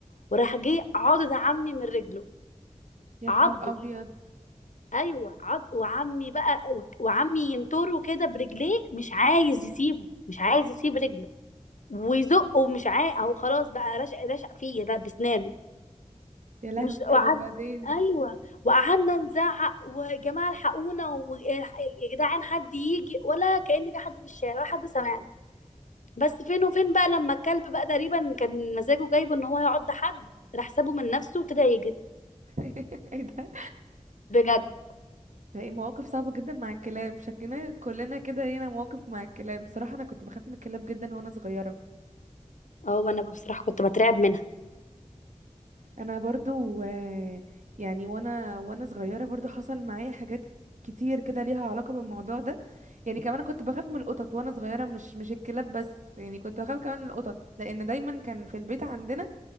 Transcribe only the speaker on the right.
يا
نهار ابيض
يا لهوي
طب
وبعدين
<laughs> ايه ده
ده ايه مواقف صعبة جدا مع الكلاب شكلنا كلنا كده لينا مواقف مع الكلاب بصراحة انا كنت بخاف من الكلاب جدا وانا صغيرة
انا برضو آه، يعني وانا وانا صغيرة برضو حصل معايا حاجات كتير كده ليها علاقة بالموضوع ده يعني كمان كنت بخاف من القطط وانا صغيرة مش مش الكلاب بس يعني كنت بخاف كمان من القطط لان دايما كان في البيت عندنا